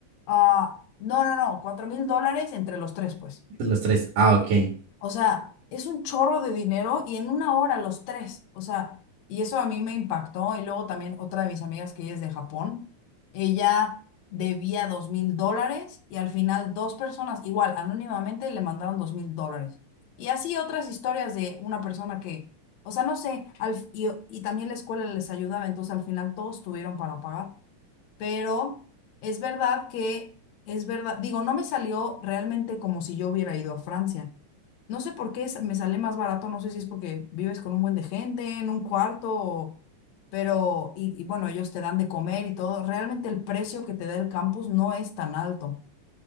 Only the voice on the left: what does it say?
ah, no, no, no, cuatro mil dólares entre los tres, pues.
O sea, es un chorro de dinero y en una hora los tres. O sea, y eso a mí me impactó. Y luego también otra de mis amigas que ella es de Japón, ella debía dos mil dólares y al final dos personas, igual, anónimamente le mandaron dos mil dólares. Y así otras historias de una persona que, o sea, no sé, al- y, y también la escuela les ayudaba, entonces al final todos tuvieron para pagar. Pero es verdad que, es verdad, digo, no me salió realmente como si yo hubiera ido a Francia no sé por qué sa- me sale más barato, no sé si es porque vives con un buen de gente, en un cuarto, o- pero, y, y bueno, ellos te dan de comer y todo. Realmente el precio que te da el campus no es tan alto.